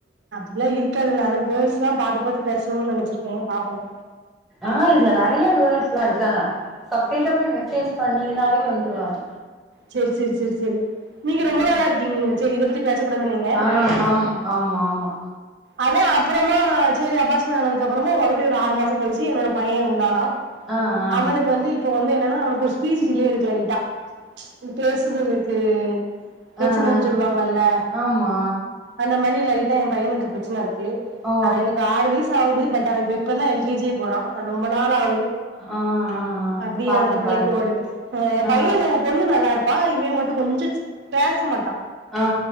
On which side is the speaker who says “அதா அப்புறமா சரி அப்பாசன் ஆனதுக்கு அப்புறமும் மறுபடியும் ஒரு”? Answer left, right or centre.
Right